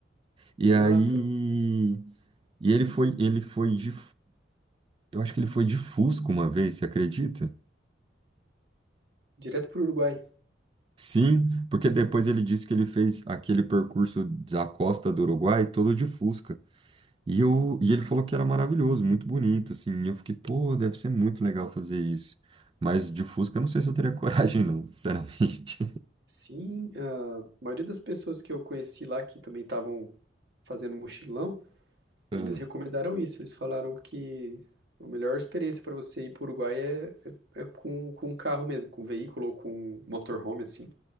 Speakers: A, on the right; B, on the right.
A: E
B: Exato.
A: aí, e ele foi, ele foi de, eu acho que ele foi de Fusca uma vez, você acredita?
B: Direto para o Uruguai.
A: Sim, porque depois ele disse que ele fez aquele percurso da costa do Uruguai todo de Fusca. E, eu, e ele falou que era maravilhoso, muito bonito, assim. E eu fiquei, pô, deve ser muito legal fazer isso. Mas de Fusca, eu não sei se eu teria <laughs> coragem, não, sinceramente.
B: Sim, a maioria das pessoas que eu conheci lá que também estavam fazendo mochilão,
A: <laughs>
B: eles recomendaram isso. Eles falaram que a melhor experiência para você ir para o Uruguai é, é, é com, com um carro mesmo, com um veículo ou com um motorhome, assim.